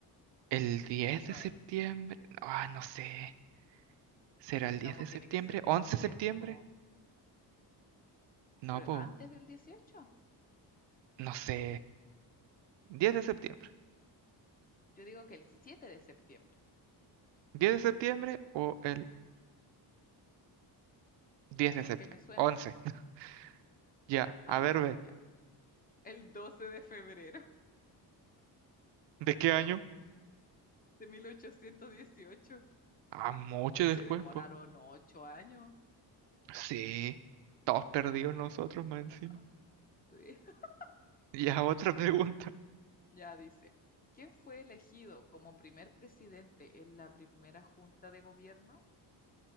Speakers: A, on the right; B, on the left.
A: El 10
B: no
A: de septiembre.
B: es.
A: Ah, no sé. ¿Será el
B: No,
A: 10
B: pues
A: de septiembre?
B: tiene que ser después,
A: once de septiembre?
B: pues.
A: No,
B: Pero
A: po.
B: antes del dieciocho
A: No sé. 10 de septiembre.
B: Yo digo que el 7 de septiembre,
A: 10 de septiembre o el 10 de
B: porque
A: septiembre.
B: me suena.
A: 11. <laughs> Ya, a
B: A
A: ver,
B: ver,
A: ve.
B: ya. El 12 de febrero.
A: ¿De qué año?
B: de 1818.
A: Ah, mucho
B: Hoy se
A: después,
B: demoraron
A: pues.
B: ocho años.
A: Sí, todos perdidos
B: La media
A: nosotros
B: bola.
A: más encima.
B: Sí. <laughs>
A: <laughs> Ya, otra pregunta.
B: Ya dice, ¿quién fue elegido como primer presidente en la primera junta de gobierno?